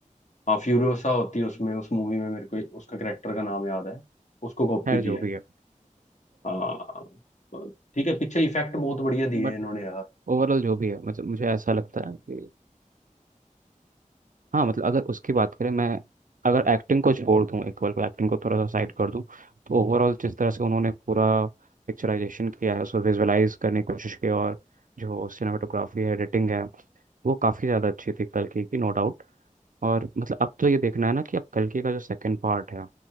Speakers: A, on the left (about 60°); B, on the right (about 75°).
A: हाँ फ्यूरियोसा होती है उसमें उस मूवी में मेरे को उसका करेक्टर का नाम याद है उसको कॉपी
B: खैर
A: किया
B: जो भी
A: है
B: है
A: हाँ ठीक है पीछे इफेक्ट बहुत बढ़िया दिए
B: बट
A: हैं इन्होंने यार
B: ओवरऑल जो भी है मतलब मुझे ऐसा लगता है कि हाँ मतलब अगर उसकी बात करें मैं अगर एक्टिंग को छोड़ दूँ एक बार को एक्टिंग को थोड़ा सा साइड कर दूँ तो ओवरऑल जिस तरह से उन्होंने पूरा पिक्चराइजेशन किया है उसको विजुअलाइज करने की कोशिश की और जो सिनेमाटोग्राफी है एडिटिंग है वो काफ़ी ज़्यादा अच्छी थी कल की की नो डाउट और मतलब अब तो ये देखना है ना कि अब कल की का जो सेकंड पार्ट है